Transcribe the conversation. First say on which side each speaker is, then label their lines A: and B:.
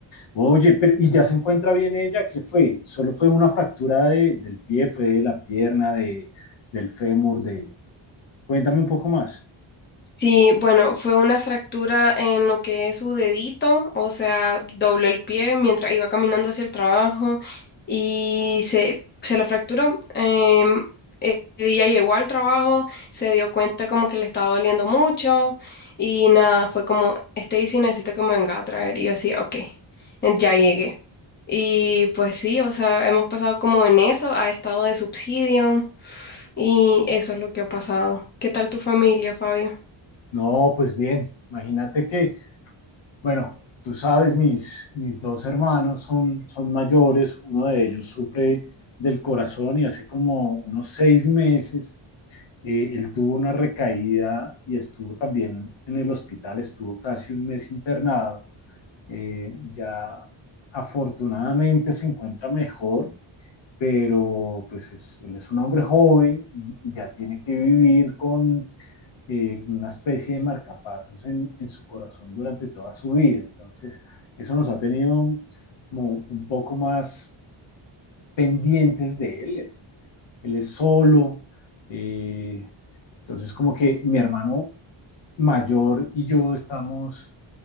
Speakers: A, on the left; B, on the left.
A: Oye, pero ¿y ya se encuentra bien ella? ¿Qué fue? ¿Solo fue una fractura de- del pie, fue de la pierna, de, del fémur, de... Cuéntame un poco más.
B: Sí, bueno, fue una fractura en lo que es su dedito, o sea, dobló el pie mientras iba caminando hacia el trabajo y se, se lo fracturó. Em, eh, ella llegó al trabajo, se dio cuenta como que le estaba doliendo mucho y nada, fue como, Stacy, necesito que me venga a traer. Y yo así, ok, eh, ya llegué. Y pues sí, o sea, hemos pasado como en eso, a estado de subsidio y eso es lo que ha pasado. ¿Qué tal tu familia, Fabio?
A: No, pues bien, imagínate que Bueno, tú sabes, mis, mis dos hermanos son, son mayores, uno de ellos sufre del corazón y hace como unos seis meses eh, él tuvo una recaída y estuvo también en el hospital, estuvo casi un mes internado. Eh, ya afortunadamente se encuentra mejor, pero pues es, él es un hombre joven y, y ya tiene que vivir con eh, con una especie de marcapasos en, en, su corazón durante toda su vida. Entonces, eso nos ha tenido como un poco más pendientes de él. Él, él es solo. Eh, entonces, como que mi hermano mayor y yo estamos